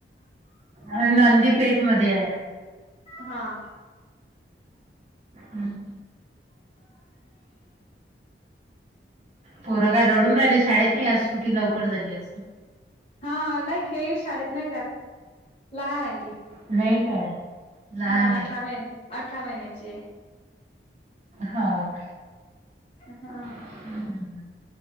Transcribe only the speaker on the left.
हा..
हा नाही हे शाळेत नाही जात लहान आहे ती.
हा अठरा
महिने, अठरा महिन्याची आहे.
हा..